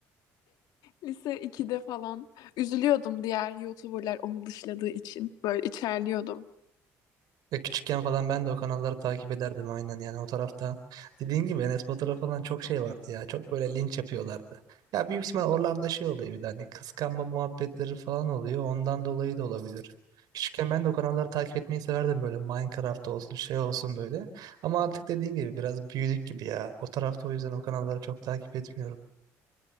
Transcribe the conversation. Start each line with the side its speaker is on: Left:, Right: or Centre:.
Left: Lise ikide falan üzülüyordum diğer YouTuber'lar onu dışladığı için. Böyle içerliyordum.
Right: Ya küçükken falan ben de o kanalları takip ederdim aynen yani o tarafta. Dediğin gibi Enes Batur'a falan çok şey vardı ya. Çok böyle linç yapıyorlardı. Ya büyük ihtimal oralarda şey oluyor bir de hani kıskanma muhabbetleri falan oluyor. Ondan dolayı da olabilir. Küçükken ben de o kanalları takip etmeyi severdim böyle Minecraft olsun şey olsun böyle. Ama artık dediğin gibi biraz büyüdük gibi ya. O tarafta o yüzden o kanalları çok takip etmiyorum.